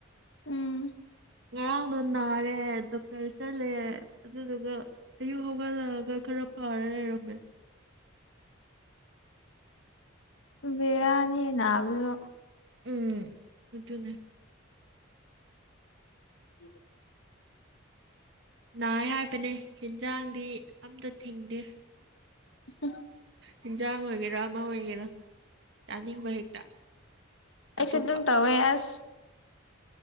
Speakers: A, on the left; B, on the right.
A: ꯎꯝ
B: ꯉꯔꯥꯡꯗꯣ ꯅꯥꯔꯦ ꯗꯣꯛꯇꯔ ꯆꯠꯂꯦ ꯑꯗꯨꯗꯨꯒ ꯑꯌꯨꯛ ꯍꯧꯒꯠꯂꯛꯑꯒ ꯈꯔ ꯈ꯭ꯔ ꯐꯔ ꯂꯩꯔꯝꯃꯦ
A: ꯕꯦꯔꯥꯅꯤꯍꯦ ꯅꯥꯕꯖꯣ
B: ꯎꯝ ꯑꯗꯨꯅꯦ
A: <unintelligible>
B: ꯅꯥꯢ ꯍꯥꯏꯕꯅꯦ ꯍꯤꯟꯖꯥꯡꯗꯤ ꯑꯝꯇ ꯊꯤꯡꯗꯦ
A: <unintelligible>
B: ꯍꯤꯟꯖꯥꯡ ꯑꯣꯏꯒꯦꯔꯥ ꯑꯃ ꯑꯣꯏꯒꯦꯔꯥ ꯆꯥꯅꯤꯡꯕ ꯍꯦꯛꯇ ꯆꯥꯊꯣꯛꯄ
A: ꯑꯩꯁꯨ ꯑꯗꯨꯝ ꯇꯧꯋꯦ ꯑꯁ